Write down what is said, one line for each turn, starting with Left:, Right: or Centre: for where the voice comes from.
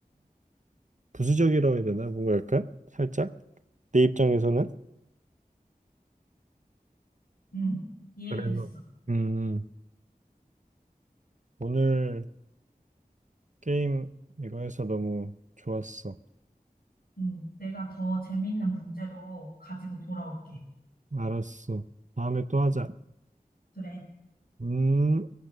Right: 부수적이라고 해야 되나? 뭔가 약간 살짝 내 입장에서는.
Left: 응, 이해됐어.
Right: 그래서 음 오늘 게임 이거 해서 너무 좋았어.
Left: 응, 내가 더 재밌는 문제로 가지고 돌아올게.
Right: 알았어. 다음에 또 하자.
Left: 응, 그래.
Right: 음.